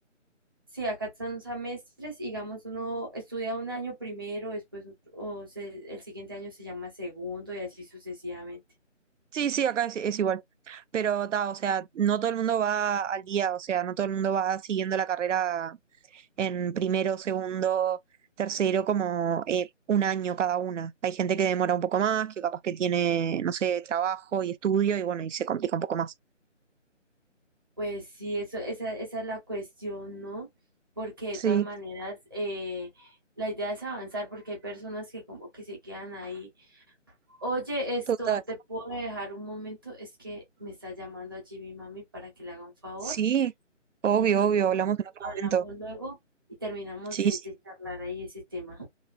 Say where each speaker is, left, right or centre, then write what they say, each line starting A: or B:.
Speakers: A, on the right; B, on the right.
A: sí, acá son semestres, digamos, uno estudia un año primero, después otro- o se- el siguiente año se llama segundo y así sucesivamente.
B: Sí, sí, acá es, es igual. Pero ta, o sea, no todo el mundo va al día, o sea, no todo el mundo va siguiendo la carrera en primero, segundo, tercero, como eh, un año cada una. Hay gente que demora un poco más, que capaz que tiene, no sé, trabajo y estudio y bueno, y se complica un poco más.
A: Pues sí, eso, esa, esa es la cuestión, ¿no? Porque de
B: Sí,
A: todas maneras, eh, la idea es avanzar porque hay personas que como que se quedan ahí Oye, esto,
B: total.
A: ¿te puedo dejar un momento? Es que me está llamando allí mi mami para que le haga un favor.
B: Sí, obvio,
A: Entonces,
B: obvio, hablamos en otro
A: hablamos
B: momento.
A: luego y terminamos
B: Sí,
A: de,
B: sí.
A: de charlar ahí ese tema.